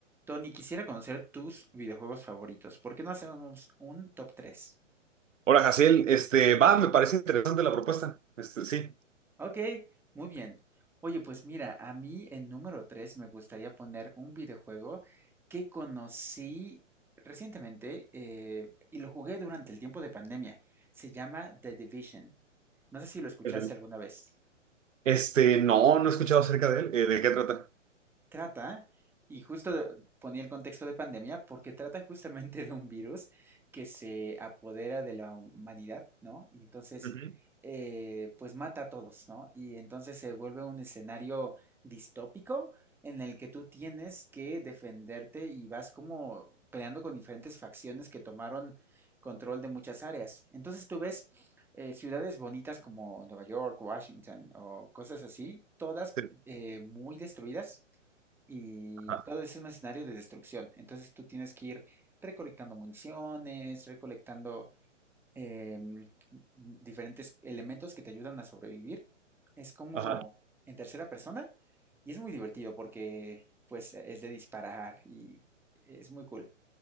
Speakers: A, in the centre; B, on the right (about 80°).
A: Tony, quisiera conocer tus videojuegos favoritos. ¿Por qué no hacemos un top 3?
B: Hola, Jaciel. Este, va, me parece interesante la propuesta. Este, sí.
A: Ok, muy bien. Oye, pues mira, a mí en número 3 me gustaría poner un videojuego que conocí recientemente eh, y lo jugué durante el tiempo de pandemia. Se llama The Division. No sé si lo escuchaste
B: El-
A: alguna vez.
B: Este, no, no he escuchado acerca de él. Eh, ¿de qué trata?
A: Trata, y justo ponía el contexto de pandemia, porque trata justamente de un virus que se apodera de la humanidad, ¿no? Y entonces,
B: Ujú.
A: eh, pues mata a todos, ¿no? Y entonces se vuelve un escenario distópico en el que tú tienes que defenderte y vas como peleando con diferentes facciones que tomaron control de muchas áreas. Entonces tú ves eh, ciudades bonitas como Nueva York, Washington o cosas así, todas
B: Sí.
A: eh, muy destruidas y
B: Ajá.
A: todo es un escenario de destrucción. Entonces tú tienes que ir recolectando municiones, recolectando em, diferentes elementos que te ayudan a sobrevivir. Es como
B: Ajá.
A: en tercera persona y es muy divertido porque pues es de disparar y es muy cool.